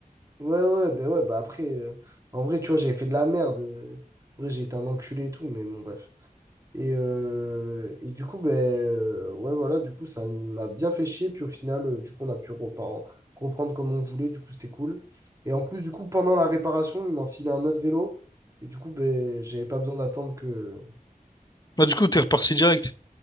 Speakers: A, on the right; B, on the left.
A: Ouais, ouais, bah ouais, bah après, euh, en vrai, tu vois, j'avais fait de la merde. euh. En vrai, j'ai été un enculé et tout, mais bon, bref. Et, euh, et du coup, ben euh, ouais, voilà, du coup, ça m'a bien fait chier. Puis au final, euh, du coup, on a pu repen- reprendre comme on voulait. Du coup, c'était cool. Et en plus, du coup, pendant la réparation, ils m'ont filé un autre vélo. Et du coup, ben, j'avais pas besoin d'attendre que...
B: Bah, du coup, t'es
A: que-
B: reparti direct.